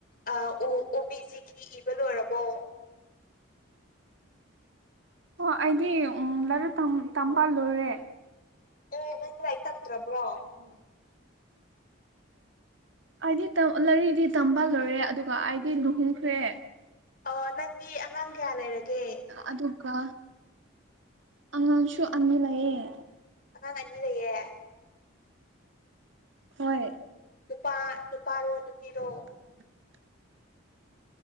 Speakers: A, on the left; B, on the right.
A: ꯑꯥ ꯑꯣ ꯕꯤ ꯖꯤꯒꯤ ꯏꯕ ꯂꯣꯏꯔꯕꯣ
B: ꯑꯣ ꯑꯩꯗꯤ ꯑꯣ ꯂꯥꯏꯔꯤꯛ ꯇꯝ ꯇꯝꯕ ꯂꯣꯏꯔꯦ
A: ꯑꯦ ꯅꯪꯗꯤ ꯂꯥꯏꯔꯤꯛ ꯇꯝꯗ꯭ꯔꯕ꯭ꯔꯣ
B: <unintelligible>
A: <inaudible>
B: ꯑꯩꯗꯤ ꯇꯝ ꯂꯥꯏꯔꯤꯛꯇꯤ ꯇꯝꯕ ꯂꯣꯏꯔꯦ ꯑꯗꯨꯒ ꯑꯩꯗꯤ ꯂꯨꯍꯣꯡꯈ꯭ꯔꯦ
A: ꯑꯣ ꯅꯪꯗꯤ ꯑꯉꯥꯡ ꯀꯌꯥ ꯂꯩꯔꯒꯦ
B: ꯑꯗꯨꯒ ꯑꯉꯥꯡꯁꯨ ꯑꯅꯤ ꯂꯩꯌꯦ
A: ꯑꯉꯥꯡ ꯑꯅꯤ ꯂꯩꯌꯦ
B: ꯍꯣꯏ
A: ꯅꯨꯄꯥ ꯅꯨꯄꯥꯔꯣ ꯅꯨꯄꯤꯔꯣ
B: <inaudible>